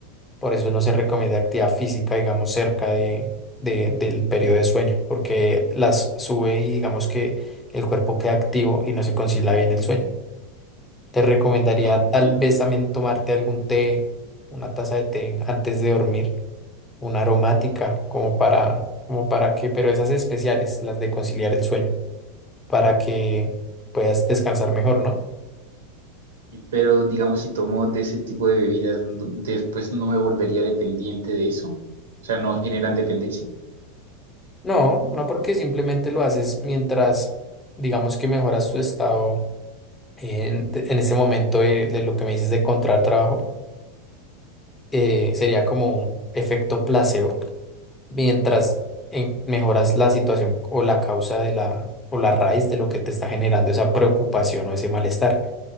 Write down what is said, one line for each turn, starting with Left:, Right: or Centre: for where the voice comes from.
Left: Por eso no se recomienda actividad física, digamos, cerca de, de- del periodo de sueño, porque las sube y digamos que el cuerpo queda activo y no se concilia bien el sueño. Te recomendaría
Right: Ok.
Left: tal vez también tomarte algún té, una taza de té antes de dormir una aromática, como para, como para que, pero esas especiales, las de conciliar el sueño, para que puedas descansar mejor, ¿no?
Right: Pero digamos, si tomo de ese tipo de bebidas, no- después no me volvería dependiente de eso. O sea, no generan dependencia.
Left: No, no porque simplemente lo haces mientras, digamos que mejoras tu estado en, en ese momento de, de lo que me dices de encontrar trabajo, eh, sería como un efecto placebo, mientras en- mejoras la situación o la causa de la, o la raíz de lo que te está generando esa preocupación o ese malestar.